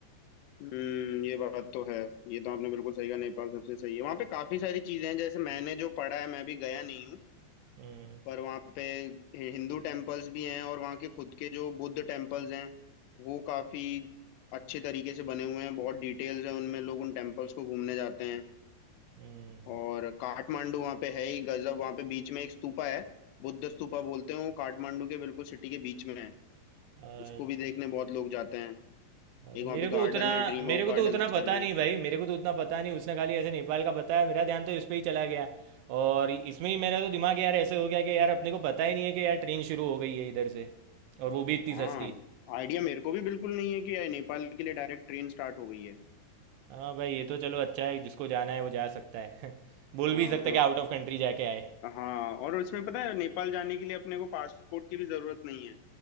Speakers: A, on the left; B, on the right.
A: हम्म ये बात तो है ये तो आपने बिल्कुल सही कहा नेपाल सबसे सही है वहाँ पे काफी सारी चीजें हैं जैसे मैंने जो पढ़ा है मैं भी गया नहीं हूँ
B: हम्म
A: पर वहाँ पे हि- हिंदू टेम्पल्स भी हैं और वहाँ के खुद के जो बुद्ध टेम्पल्स हैं वो काफी अच्छे तरीके से बने हुए हैं बहुत डिटेल्स हैं उनमें लोग उन टेम्पल्स को घूमने जाते हैं
B: हम्म,
A: और काठमांडू वहाँ पे है ही गजब वहाँ पे बीच में एक स्तूपा है बुद्ध स्तूपा बोलते हैं वो काठमांडू के बिल्कुल सिटी के बीच में है
B: अच्छा
A: उसको भी देखने बहुत लोग जाते हैं
B: अच्छा,
A: एक
B: मेरे
A: वहाँ पे
B: को
A: गार्डन
B: उतना
A: है ड्रीम
B: मेरे
A: ऑफ
B: को
A: गार्डन्स
B: तो उतना
A: करके
B: पता नहीं भाई मेरे को तो उतना पता नहीं उसने खाली ऐसे नेपाल का बताया मेरा ध्यान तो इस पे ही चला गया और इसमें ही मेरा तो दिमाग यार ऐसे हो गया कि यार अपने को पता ही नहीं है कि यार ट्रेन शुरू हो गई है इधर से और वो भी इतनी
A: हाँ
B: सस्ती
A: आइडिया मेरे को भी बिल्कुल नहीं है कि नेपाल के लिए डायरेक्ट ट्रेन स्टार्ट हो गई है
B: हाँ भाई ये तो चलो अच्छा है जिसको जाना है वो जा सकता है <laughs> बोल
A: हाँ
B: भी सकता
A: हाँ
B: है कि आउट ऑफ कंट्री जाके आए
A: हाँ और उसमें पता है नेपाल जाने के लिए अपने को पासपोर्ट की भी जरूरत नहीं है